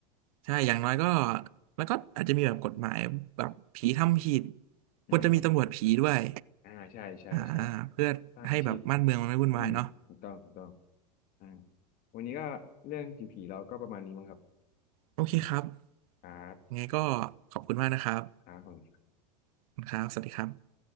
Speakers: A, on the right; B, on the left.
A: ใช่อย่างน้อยก็แล้วก็อาจจะมีแบบกฎหมายแบบผีทำผิด
B: อ่าครับ
A: ควรจะมีตำรวจผีด้วย
B: อ่าใช่ใช่ใช่
A: อ่าเพื่อให้แบบบ้านเมืองมันไม่วุ่นวายเนาะ
B: สร้างอาชีพ อืมถูกต้องถูกต้องอ่าวันนี้ก็เรื่องผีๆเราก็ประมาณนี้มั้งครับ
A: โอเคครับ
B: ครับ
A: ยังไงก็ขอบคุณมากนะครับ
B: ครับ
A: ขอบคุณครับสวัสดีครับ